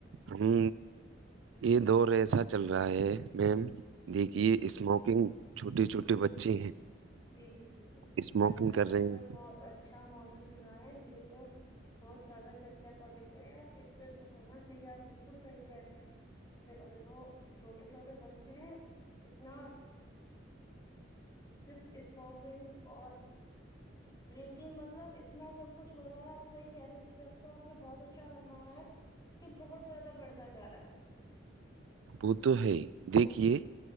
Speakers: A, on the right; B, on the left.
A: ہ یہ دور ایسا چل رہا ہے میم دیکھیے
B: جی جی
A: اسموکنگ چھوٹے چھوٹے بچے ہیں
B: جی جی جی
A: اسموکنگ
B: بھائی جان
A: کر
B: آپ
A: رہے
B: نے
A: ہیں
B: بہت اچھا موجوع چنا ہے یہ تو بہت زیادہ چرچا کا وشے ہے اس پہ تو ہونا چاہیے آپ بالکل صحیح کہہ رہے ہیں دیکھو چھوٹے چھوٹے بچے اتنا صرف اس موقعے اور ڈرنکنگ مطلب اتنا سب کچھ ہو رہا ہے آپ صحی کہہ رہے کو آپ نے بہت اچھا فرمایا ہے کہ بہت زیادہ بڑھتا جا رہا ہے
A: وہ تو ہے دیکھیے
B: ہے جی